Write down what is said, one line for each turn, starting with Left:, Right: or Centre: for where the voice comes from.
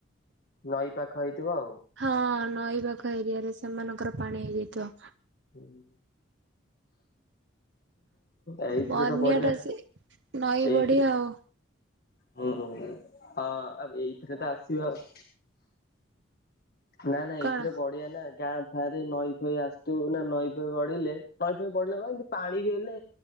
Left: ନଈ ପାଖ ହେଇଥିବ ଆଉ
Right: ହଁ ନଈପାଖ ଏରିଆରେ ସେମାନଙ୍କର ପାଣି ହେଇଯାଇଥିବ।
Left: ହୁଁ। ଏଇଥିରେ
Right: ବନ୍ୟା
Left: ତ ବଢିଆ
Right: ଟା ସେ ନଈ
Left: ଏଇଥିରେ
Right: ବଢି ଆଉ
Left: ହୁହୁ ହଁ ଏଇଥିରେ ତ ଆସିବ ଆଉ ନା-ନା
Right: କଣ
Left: ଏଇଥିରେ ବଢିଆ ନା ଗାଁ ଆରେ ନଈ ଫଇ ଆସୁଥିବୁ ନା ନଈଫଇ ବଢିଲେ ନଈଫଇ ପଢିଲେ କଣକି ପାଣି ବଢିଲେ